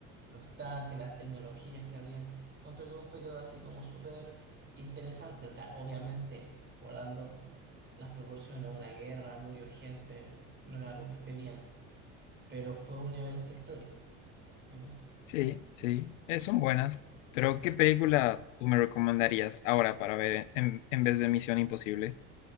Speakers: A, on the right; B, on the left.
A: Los tanques, las tecnologías que habían. Encuentro que es un periodo así como súper interesante. O sea, obviamente, guardando las proporciones, una guerra, murió gente, no es algo que esté bien. Pero fue un evento histórico. ¿verdad?
B: Sí, sí, eh, son buenas. Pero, ¿qué película tú me recomendarías ahora para ver en, en vez de Misión Imposible?